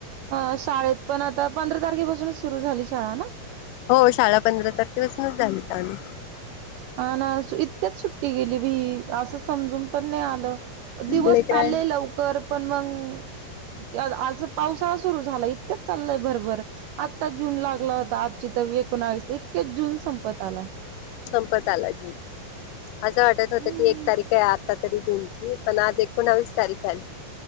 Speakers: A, on the right (about 75°); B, on the left (about 80°).
A: अ शाळेत पण आता पंधरा तारखेपासूनच सुरू झाली शाळा ना
B: हो शाळा पंधरा तारखेपासूनच झाली
A: ह ना इतक्यात सुट्टी गेली बी असं समजून पण नाही आलं दिवस
B: लेकरां
A: चालले लवकर पण मग आज पाऊसाळा सुरू झालं इतकंच चाललंय भरभर आत्ता जून लागला होता आजची तर एकोणावीस क्यात जून संपत आलाय.
B: संपत आलाय हो असं वाटत होतं
A: हं.
B: की एक तारीख काय आता तरी दोन पण आज एकोणवीस तारख आली.